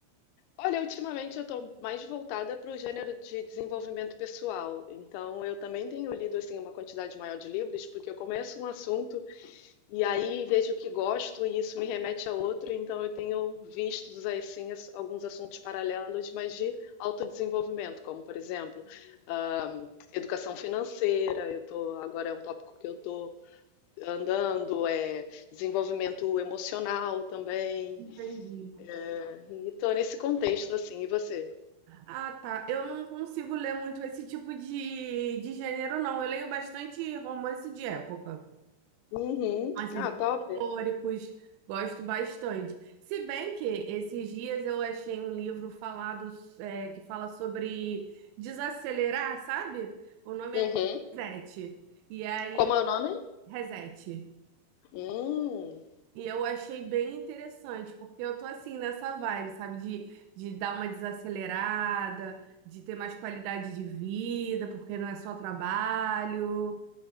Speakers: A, on the left; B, on the right.
A: Olha, ultimamente eu estou mais voltada para o gênero de desenvolvimento pessoal. Então eu também tenho lido assim uma quantidade maior de livros, porque eu começo um assunto. E aí vejo o que gosto e isso me remete a outro, então eu tenho visto assim, as- alguns assuntos paralelos, mas de autodesenvolvimento, como por exemplo, ah, educação financeira, eu tô, agora é um tópico que eu estou andando, é desenvolvimento emocional também.
B: Entendi.
A: né? E estou nesse contexto assim, e você?
B: Ah, tá. Eu não consigo ler muito esse tipo de, de gênero, não. Eu leio bastante romance de época.
A: Uhum.
B: Romances
A: Ah, top.
B: Históricos, gosto bastante. Se bem que esses dias eu achei um livro falado, é, que fala sobre desacelerar, sabe? O nome
A: Uhum.
B: é Reset. E aí,
A: Como é o nome?
B: Reset.
A: Hum.
B: E eu achei bem interessante, porque eu tô assim nessa vibe, sabe? De, de dar uma desacelerada, de ter mais qualidade de vida, porque não é só trabalho.